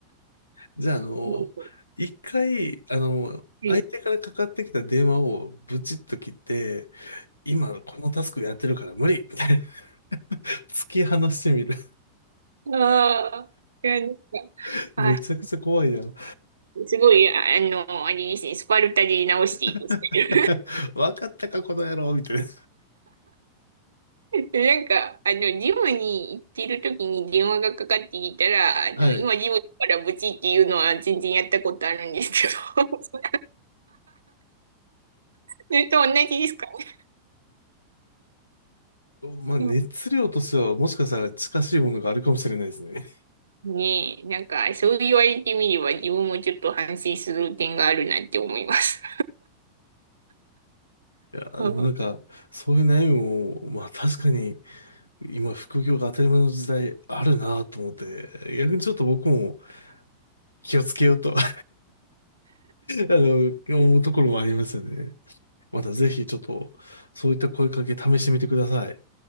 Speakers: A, on the left; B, on the right.
A: じゃあ、あの、
B: う
A: 一回、あの、
B: ん
A: 相手からかかってきた電話をブチッと切って、今このタスクやってるから無理みたいな、<laughs> 突き放してみる。
B: ああ、いや、なんか、
A: <laughs> めちゃくちゃ怖いやん。
B: あ、すごい、ああの、あれですね、スパルタで直していいですね
A: <laughs> わかったか、この野郎みたいな。
B: <laughs> なんか、あの、ジムに行ってる時に電話がかかってきたら、あの、
A: はい。
B: 今ジムからブチっていうのは全然やったことあるんですけど、<laughs> それと同じですかね。
A: まあ、熱量としてはもしかしたら近しいものがあるかもしれないですね。
B: うんねえ、なんか、そう言われてみれば自分もちょっと反省する点があるなって思います。
A: いや、
B: <laughs> うん
A: でもなんか、そういう悩みも、まあ確かに、今、副業が当たり前の時代あるなと思って、逆にちょっと僕も気をつけようと <laughs> あの、思うところもありますよね。またぜひちょっと、そういった声かけ試してみてください。